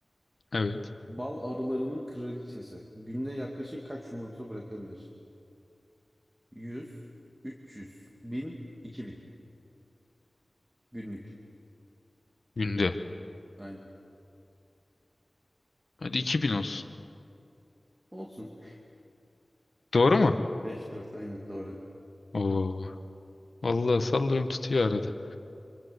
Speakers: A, on the left; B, on the right.
A: Evet.
B: Bal arılarının kraliçesi. Günde yaklaşık kaç yumurta bırakabilir? yüz üç yüz bin iki bin günlük.
A: Günde.
B: Aynen.
A: Hadi 2000 olsun.
B: Olsun.
A: Doğru mu?
B: <laughs> beş dört aynen doğru.
A: Oo. Vallahi sallıyorum tutuyor arada.